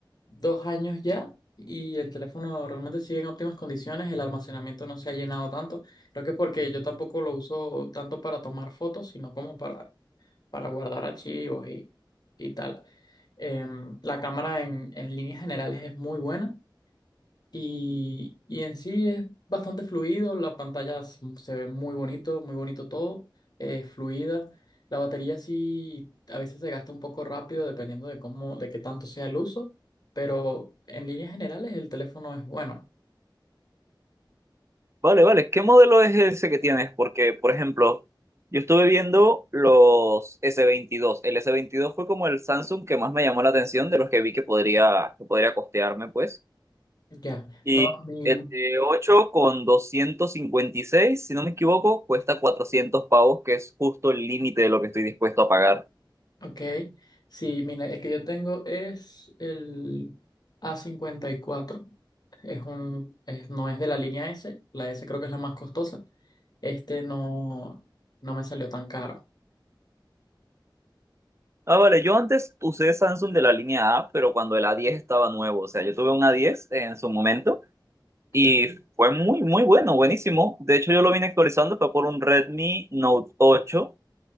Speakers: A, on the left (about 55°); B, on the right (about 35°).
A: dos años ya y el teléfono realmente sigue en óptimas condiciones. El almacenamiento no se ha llenado tanto. Creo que es porque yo tampoco lo uso tanto para tomar fotos, sino como para, para guardar archivos y, y tal. Em, la cámara en, en líneas generales es muy buena. Y, y en sí es bastante fluido, la pantalla s- se ve muy bonito, muy bonito todo, es fluida. La batería sí a veces se gasta un poco rápido dependiendo de cómo, de qué tanto sea el uso, pero en líneas generales el teléfono es bueno.
B: Vale, vale, ¿qué modelo es ese que tienes? Porque, por ejemplo, yo estuve viendo los S22. El S22 fue como el Samsung que más me llamó la atención de los que vi que podría, que podría costearme, pues.
A: Ya,
B: Y
A: no, mi,
B: el de 8 con 256 si no me equivoco, cuesta 400 pavos, que es justo el límite de lo que estoy dispuesto a pagar.
A: Ok, sí, mira, el que yo tengo es el a cincuenta y cuatro, Es un, es- no es de la línea S, la S creo que es la más costosa. Este no, no me salió tan caro.
B: Ah, vale, yo antes usé Samsung de la línea A, pero cuando el a diez estaba nuevo, o sea, yo tuve un a diez en su momento y
A: Mm,
B: fue muy, muy bueno, buenísimo. De hecho, yo lo vine actualizando, fue por un Redmi Note ocho